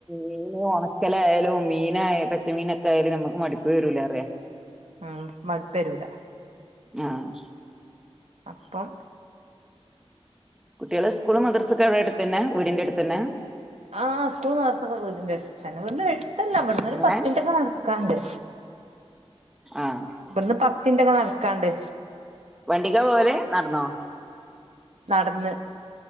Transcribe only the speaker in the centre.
മീന് ഉണക്കലായാലും മീൻ പച്ചമീനൊക്കൊയാല് നമുക്ക് മടിപ്പേ വരൂല പറയാ
ആഹ്
കുട്ടികളെ
സ്കൂള് മദർസൊക്കെ എവിടെ അടുത്ത് തന്നെ വീടിന്റെ അടുത്തന്നെ
ഇങ്ങനെ
ആഹ്
വണ്ടിക്കാ പോവല് നടന്നോ